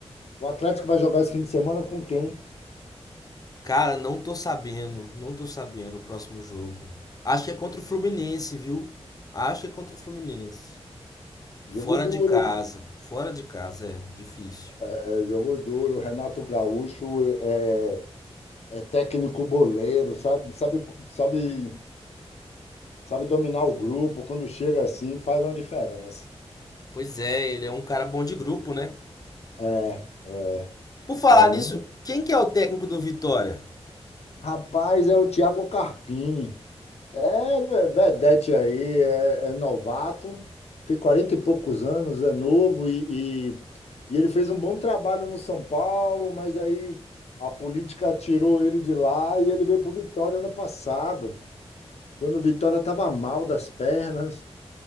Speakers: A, on the left; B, on the left.
A: O Atlético vai jogar esse fim de semana com quem?
B: Cara, não tô sabendo. Não tô sabendo o próximo jogo. Acho que é contra o Fluminense, viu? Acho que é contra o Fluminense.
A: Jogo
B: Fora
A: duro,
B: de casa. Fora de casa é difícil.
A: é, jogo duro. Renato Gaúcho é, é técnico boleiro, sabe, sabe, sabe, sabe dominar o grupo. Quando chega assim, faz uma diferença.
B: Pois é, ele é um cara bom de grupo, né?
A: É, é.
B: Por falar
A: Para mim,
B: nisso, quem que é o técnico do Vitória?
A: rapaz, é o Thiago Carpini. É ve- vedete aí, é, é novato, tem 40 e poucos anos, é novo e, e, e ele fez um bom trabalho no São Paulo, mas aí a política tirou ele de lá e ele veio para o Vitória ano passado, quando o Vitória estava mal das pernas.